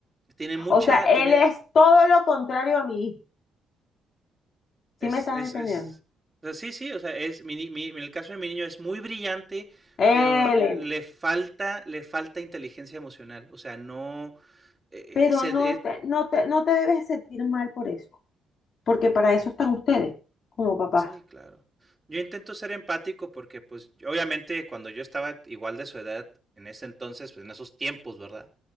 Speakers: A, on the right; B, on the left.
A: tiene mucha,
B: O sea, él
A: tiene,
B: es todo lo contrario a mí.
A: es,
B: ¿Sí me estás
A: es,
B: entendiendo?
A: es, o sea, sí, sí, o sea, es, mi ni- mi- en el caso de mi niño es muy brillante,
B: Elena,
A: pero eh, le falta, le falta inteligencia emocional, o sea, no, eh,
B: pero
A: eh, se,
B: no
A: eh,
B: te, no te, no te debes sentir mal por eso, porque para eso están ustedes, como papás.
A: Sí, claro. Yo intento ser empático porque, pues, yo- obviamente cuando yo estaba igual de su edad, en ese entonces, pues, en esos tiempos, ¿verdad?